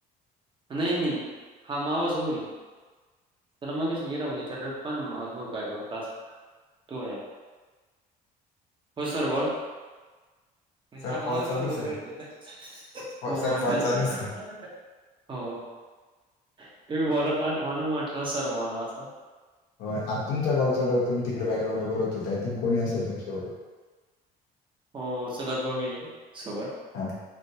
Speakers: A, on the right; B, on the left.
A: नाही नाही हा मावासभाऊ त्याला मग विचारले होत पण मावसभाऊ काय करतस तू हो सर बोला. म्हणजे
B: सर
A: <unintelligible>
B: कॉल चालूच आहे
A: हो
B: सर
A: हो
B: कॉल
A: तर
B: चालूच
A: करा
B: आहे
A: येत हो तुम्ही बोलत ना म्हण म्हटलं सर बोला असं.
B: हो आता तुमचा कॉल चालु तुम्ही तिकडे बॅकग्राऊंड बोलत होत आय थिंक कोणी असेल तुमच्याबरोबर.
A: हो चुलत भाऊ आहे. सोबत
B: हा